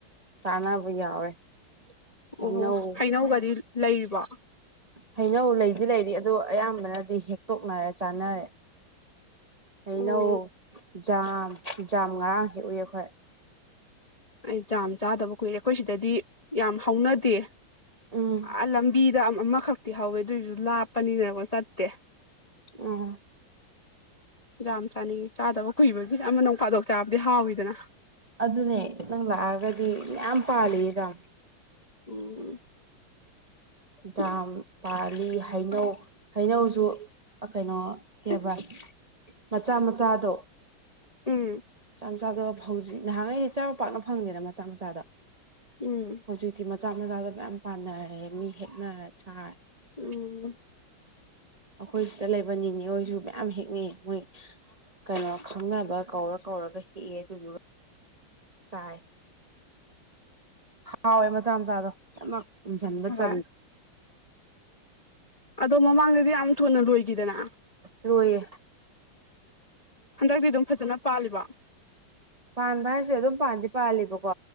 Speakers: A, on the right (about 35°); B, on the left (about 25°).
A: ꯆꯅꯥꯕ ꯌꯥꯎꯔꯦ ꯍꯩꯅꯧ
B: ꯑꯣ ꯍꯩꯅꯧꯒꯗꯤ ꯂꯩꯔꯤꯕꯣ
A: ꯍꯩꯅꯧ ꯂꯩꯗꯤ ꯂꯩꯔꯤ ꯑꯗꯨ ꯑꯌꯥꯝꯕꯅꯗꯤ ꯍꯦꯛꯇꯣꯛꯅꯔꯦ ꯆꯥꯅꯔꯦ ꯍꯩꯅꯧ
B: ꯑꯣ
A: ꯖꯥꯝ ꯖꯥꯝ ꯉꯔꯥꯡ ꯍꯦꯛꯎꯏ ꯑꯩꯈꯣꯏ
B: ꯑꯩ ꯆ ꯆꯥꯗꯕ ꯀꯨꯏꯔꯦ ꯑꯩꯈꯣꯏ ꯁꯤꯗꯗꯤ ꯌꯥꯝ ꯍꯧꯅꯗꯦ
A: ꯎꯝ
B: ꯑ ꯂꯝꯕꯤ ꯑꯗꯨꯗ ꯑꯃꯈꯛꯇꯤ ꯍꯧꯋꯦ ꯑꯗꯨꯑꯣꯏꯁꯨ ꯂꯥꯞꯄꯅꯤꯅꯀꯣ ꯆꯠꯇꯦ
A: ꯑ
B: ꯌꯥꯝ ꯆꯥꯅꯤꯡꯏꯤ ꯆꯥꯗꯕ ꯀꯨꯏꯕꯒꯤ ꯑꯃꯅ ꯄꯥꯗꯣꯛ ꯆꯥꯕꯗꯤ ꯍꯥꯎꯋꯤꯗꯅ
A: ꯑꯗꯨꯅꯦ ꯅꯪ ꯂꯥꯛꯑꯒꯗꯤ ꯌꯥꯝ ꯄꯥꯜꯂꯤꯗ
B: ꯎꯝ
A: ꯗꯥꯝ ꯄꯥꯔꯤ ꯍꯩꯅꯧ ꯍꯩꯅꯧꯁꯨ ꯀꯩꯅꯣ ꯀꯦꯕ ꯃꯆꯥ ꯃꯆꯥꯗꯣ
B: ꯎꯝ
A: ꯃꯆꯥ ꯃꯆꯥꯗꯣ ꯍꯧꯖꯤꯛ ꯅꯍꯥꯟꯈꯩꯗꯤ ꯏ ꯆꯥꯅ ꯄꯥꯛꯅ ꯐꯪꯗꯦꯅ ꯃꯆꯥ ꯃꯆꯥꯗ
B: ꯎꯝ
A: ꯍꯧꯖꯤꯛꯇꯤ ꯃꯆꯥ ꯃꯆꯥꯗ ꯃꯌꯥꯝ ꯄꯥꯟꯅꯔꯦ ꯃꯤ ꯍꯦꯛꯅꯔ ꯆꯥꯔꯦ
B: ꯎꯝ
A: ꯑꯩꯈꯣꯏ ꯁꯤꯗ ꯂꯩꯕꯅꯤꯅꯦ ꯑꯩꯣꯏꯁꯨ ꯃꯌꯥꯝ ꯍꯦꯛꯅꯩ ꯃꯣꯏ ꯀꯩꯅꯣ ꯈꯪꯅꯕ ꯀꯧꯔ ꯀꯧꯔꯒ ꯍꯦꯛꯑꯦ ꯑꯗꯨꯗꯨꯒ ꯆꯥꯏ ꯍꯥꯎꯋꯦ ꯃꯆꯥ ꯃꯆꯥꯗꯣ ꯌꯥꯝꯅ ꯎꯟꯁꯤꯟꯕ
B: ꯍꯣꯏ
A: ꯆꯂ
B: ꯑꯗꯣ ꯃꯃꯥꯡꯗꯗꯤ ꯌꯥꯝ ꯊꯨꯅ ꯂꯣꯏꯈꯤꯗꯅ
A: ꯔꯣꯏꯌꯦꯦ
B: ꯍꯟꯗꯛꯇꯤ ꯑꯗꯨꯝ ꯐꯖꯅ ꯄꯥꯜꯂꯤꯕ
A: ꯄꯥꯟꯕ ꯍꯥꯏꯁꯦ ꯑꯗꯨꯝ ꯄꯥꯟꯗꯤ ꯄꯥꯜꯂꯤꯕꯀꯣ